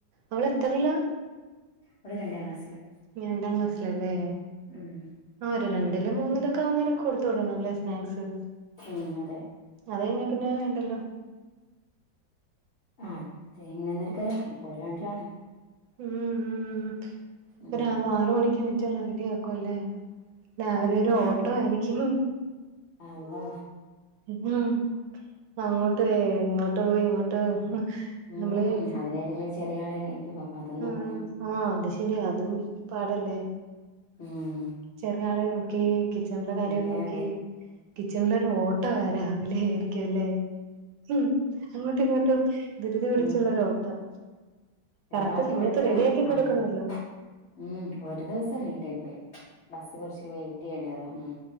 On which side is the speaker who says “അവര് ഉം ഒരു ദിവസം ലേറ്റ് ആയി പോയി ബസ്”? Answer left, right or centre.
Left